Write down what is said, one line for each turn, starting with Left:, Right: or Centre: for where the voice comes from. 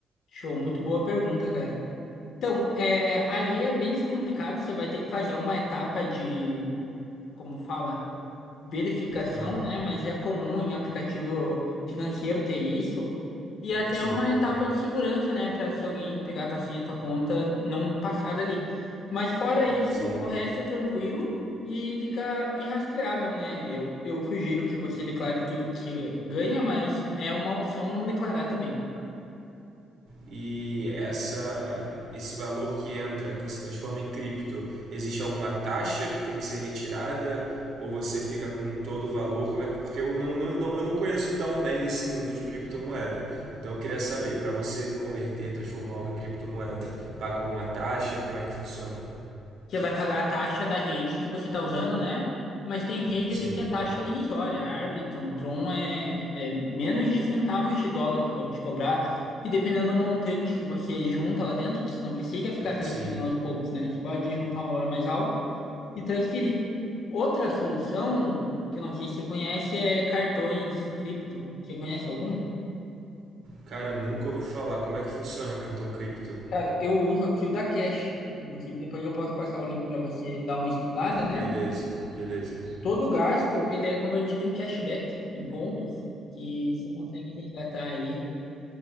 Left: Show, muito boa pergunta, cara. Então, é, ali é bem complicado, você vai ter que fazer uma etapa de como fala, verificação,
Right: Ah,
Left: né? Mas é comum em aplicativo financeiro ter isso. E é até
Right: sim,
Left: uma etapa de segurança, né? Para se alguém pegar a tua senha, tua conta, não passar dali. Mas fora isso,
Right: sim.
Left: o resto é tranquilo e fica irrastreável, né? Eu, eu sugiro que você declare tudo que você ganha, mas é uma opção não declarar também.
Right: E essa, esse valor que entra, que você transforma em cripto, existe alguma taxa que tem que ser retirada? Ou você fica com todo o valor? Como é, porque eu não, não, não- eu não conheço tão bem desse mundo de criptomoeda. Então eu queria saber, para você converter, transformar algo em criptomoeda, paga alguma taxa? Como é que funciona?
Left: Você vai pagar a taxa da rede que você está usando, né? Mas tem rede
Right: Sim,
Left: ali que a taxa é irrisória. A Arbitrum, Tron é, é menos de centavos de dólar que vão te cobrar. E dependendo do montante que você junta lá dentro, que você não precisa ficar transferindo
Right: sim.
Left: aos poucos, né? Você pode juntar um valor mais alto e transferir. Outra solução, que eu não sei se você conhece, é cartões cripto. Você conhece algum?
Right: Cara, nunca ouvi falar. Como é que funciona cartão cripto?
Left: Cara, eu uso aqui o da Cash. Inclusive, depois eu posso passar o link para você dar uma estudada, né?
Right: Beleza, beleza.
Left: Todo gasto, ele é convertido em cashback, em pontos, que você consegue resgatar aí.